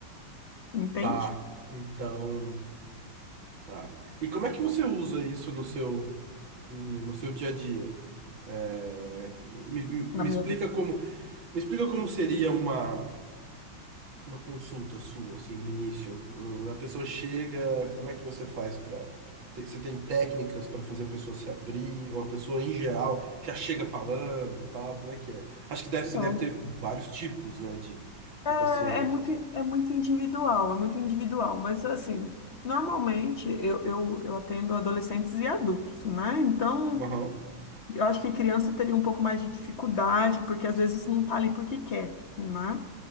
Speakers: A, on the left (about 35°); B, on the right (about 75°).
A: entende?
B: Tá, então. Tá. E como é que você usa isso no seu, no no seu dia a dia? É, me, me
A: Na
B: me
A: minha
B: explica
A: vida.
B: como, me explica como seria uma. uma consulta sua, assim, no início. Uh, A pessoa chega, como é que você faz para. Você tem técnicas para fazer a pessoa se abrir, ou a pessoa em geral já chega falando, tal, como é que é? Acho que deve, você
A: Então,
B: deve ter vários tipos, né, de, de
A: é,
B: pacientes.
A: é muito, é muito individual, é muito individual. Mas, assim, normalmente eu, eu, eu atendo adolescentes e adultos, né? Então,
B: Aham.
A: eu acho que criança teria um pouco mais de dificuldade, porque às vezes não tá ali porque quer, né?